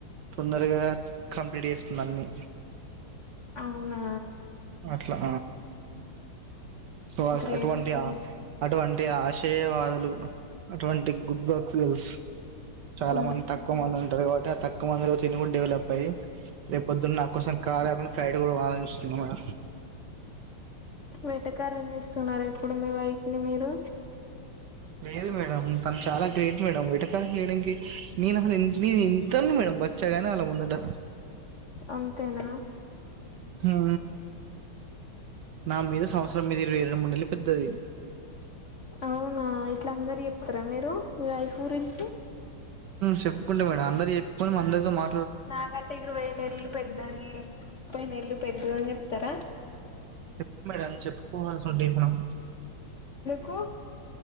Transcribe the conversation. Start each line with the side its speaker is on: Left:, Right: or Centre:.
Right: తొందరగా కంప్లీట్ చేస్తుంది అన్ని
Left: అవునా
Right: అట్లా సో
Left: గ్రేట్
Right: అటువంటి
Left: అసలు
Right: అటువంటి అ ఆశయవాదులు అటువంటి గుడ్ బక్ల్స్ చాలా
Left: ఉమ్
Right: మంది తక్కువ మన తరవాత తక్కు మందిలో తినిని డెవలప్ అయ్యి లేక పొద్దున్న నా కోసం కారకుడా ఫైడ్ కూడా వాని వస్తున్నా మేడ
Left: వెటకారం చేస్తున్నారు ఎప్పుడు మీ వైఫ్ ని మీరు
Right: లేదు మేడం తను చాలా గ్రేట్ మేడం వెటకాల చేయడానికి నేను అసలు నేను ఇంతని మేడం బచ్చాగానే అలా ఉందట
Left: అంతేనా
Right: హ నా మీద సంవత్సరం మీద ఇరవై ఏడు మూ నెలు పెద్దది
Left: అవునా ఇట్లా అందరు చెప్తారా మీరు మీ వైఫ్ గురించి
Right: చెప్పుకుంటే మేడం అందరు చెప్పుకొని అందరితో మా
Left: నా కంటికి ఇం రెండేళ్ల పెద్దది ముప్పై ఏళ్లు పెద్ద అని చెప్తారా
Right: చెప్తే మేడం చెప్పుకోవాల్సి ఉంటే మనం
Left: కు